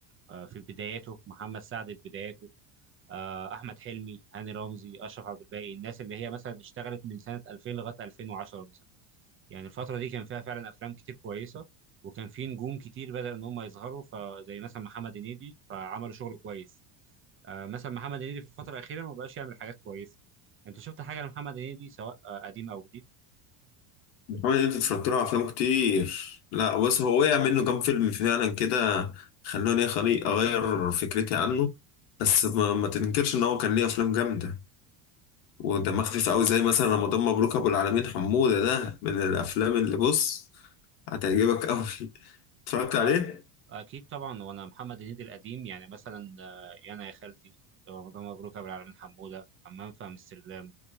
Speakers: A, on the right (about 30°); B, on the left (about 85°).
A: آه، في بداياته محمد سعد في بداياته آه، احمد حلمي هاني رمزي اشرف عبد الباقي الناس اللي هي مثلا اشتغلت من سنه 2000 لغايه 2010 مثلا يعني الفتره دي كان فيها فعلا افلام كتير كويسه وكان في نجوم كتير بدأ ان هم يظهروا فزي مثلا محمد هنيدي فعملوا شغل كويس آه، مثلا محمد هنيدي في الفتره الاخيره ما بقاش يعمل حاجات كويسه انت شفت حاجه لمحمد هنيدي سواء آه، قديم او
B: محمد انت اتفرجت له على افلام كتير لا بس هو وقع منه كام فيلم فعلا كده خلوني أخلي- اغير فكرتي عنه بس ما, ما تنكرش ان هو كان ليه افلام جامده ودمها خفيف قوي زي مثلا رمضان مبروك ابو العالمين حموده ده من الافلام اللي بص هتعجبك قوي <laughs> اتفرجت
A: جديد
B: عليه
A: اكيد طبعا وانا محمد هنيدي القديم يعني مثلا آه، يا انا يا خالتي آه، رمضان مبروك يا ابو العالمين حموده حمام في امستردام